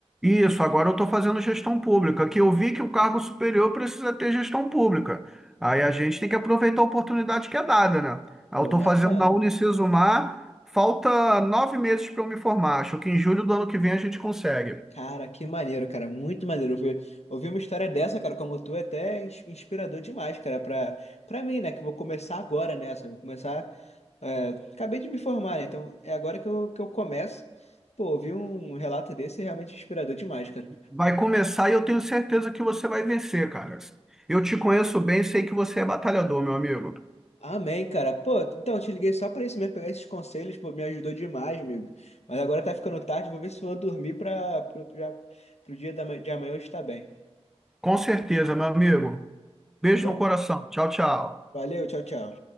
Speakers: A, in the centre; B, on the left.
A: Isso, agora eu estou fazendo gestão pública, que eu vi que o cargo superior precisa ter gestão pública. Aí a gente tem que aproveitar a oportunidade que é dada, né? Aí
B: Pô,
A: Eu estou
B: bacana.
A: fazendo na Unicesumar, falta nove meses para eu me formar. Acho que em julho do ano que vem a gente consegue.
B: Cara, que maneiro, cara. Muito maneiro. Ouvir, ouvir uma história dessa, cara, como tu, é até ins- inspirador demais, cara, pra, pra mim, né? Que eu vou começar agora nessa. Vou começar. é, acabei de me formar, né? Então é agora que eu, que eu começo. Pô, ouvir um relato desse é realmente inspirador demais, cara.
A: Vai começar e eu tenho certeza que você vai vencer, cara. Eu te conheço bem, sei que você é batalhador, meu amigo.
B: Amém, cara. Pô, então eu te liguei só pra isso mesmo, pegar esses conselhos, pô, me ajudou demais, amigo. Mas agora tá ficando tarde, vou ver se eu vou dormir pra, pro, pra- pro dia da, ma- de amanhã eu estar bem,
A: Com certeza, meu amigo. Beijo
B: tá bom?
A: no coração. Tchau, tchau.
B: Valeu, tchau, tchau.